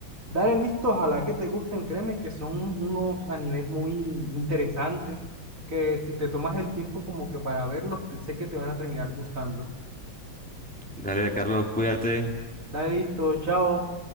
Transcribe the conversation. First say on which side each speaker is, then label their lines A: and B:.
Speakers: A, on the right (about 40°); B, in the centre.
A: Dale listo, ojalá que te gusten, créeme que son unos animes muy interesantes, que si te tomas el tiempo como que para verlos, te- sé que te van a terminar gustando.
B: Dale, Carlos, cuídate.
A: Dale listo, chao.